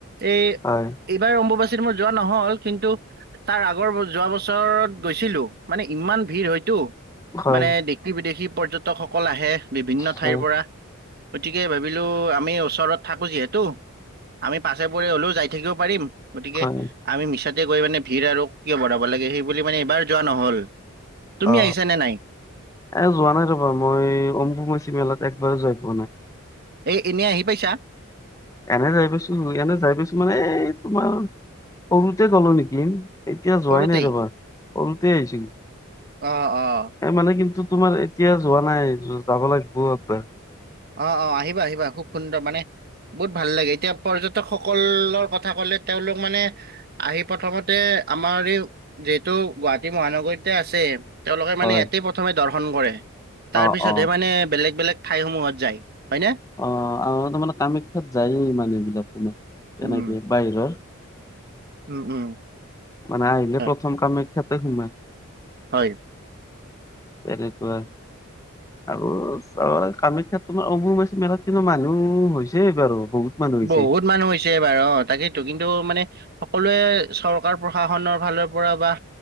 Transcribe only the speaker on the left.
হয়।
হয়
হয়
হয়
অ
এ যোৱা নাই ৰ'বা, মই অম্বুবাচি মেলাত একবাৰো যাই পোৱা নাই।
এনে যাই পাইছো, এনে যাই পাইছো মানে এই তোমাৰ, সৰুতে গ'লো নেকি। এতিয়া যোৱাই
নাই ৰ'বা, সৰুতে আহিছিল।
এই মানে কিন্তু তোমাৰ এতিয়া যোৱা নাই, যাব লাগিব একবাৰ।
হয়
অ
অ
অ', আৰু তাৰ মানে কামাখ্যাত যায়েই মানুহবিলাক তোমাৰ, তেনেকে
বাহিৰৰ।
মানে আহিলে
প্ৰথম কামাখ্যাতে সোমাই।
তেনেকুৱা। আৰু চাবা কামাখ্যাত তোমাৰ অম্বুবাচী মেলাত কিন্তু মানুহ হৈছে এইবাৰো বহুত মানুহ হৈছে